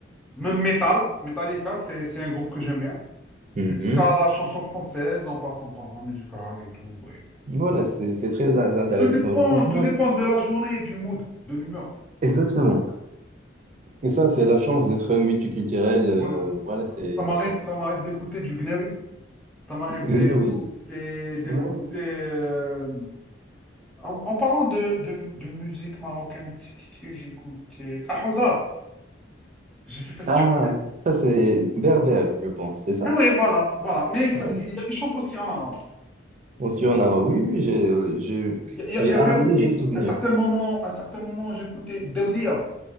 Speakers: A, in the centre; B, on the right.
A: même metal. Metallica, c'est, c'est un groupe que j'aime bien. Jusqu'à
B: Mhm.
A: la chanson française, en passant par la musique rail et tout. oui.
B: Voilà, c'est c'est très in- intéressant.
A: Tout dépend,
B: Euh, Franchement,
A: tout dépend de la journée, du mood, de l'humeur.
B: exactement. Et ça, c'est la chance d'être multiculturel. euh,
A: Voilà.
B: voilà, c'est.
A: Ça, ça m'arrive,
B: on-
A: ça m'arrive d'écouter du Gnewi. Ça m'arrive d'écouter,
B: Gnawi.
A: d'écouter.
B: Ouais.
A: euh, en, en parlant de, de, de musique marocaine, c'est qui que j'écoutais? Ah, Houzar! Je sais pas si
B: Ah,
A: tu connais.
B: ça, c'est berbère, je pense, c'est ça?
A: Ah oui, voilà, voilà. Mais ça-
B: Ouais.
A: il, il chante aussi en arabe.
B: Aussi, on a. Oui, oui, j'ai euh, j'ai
A: Il, y a-
B: j'ai
A: il y
B: un
A: avait aussi
B: léger souvenir.
A: un certain moment, un certain moment, j'écoutais Daoudia.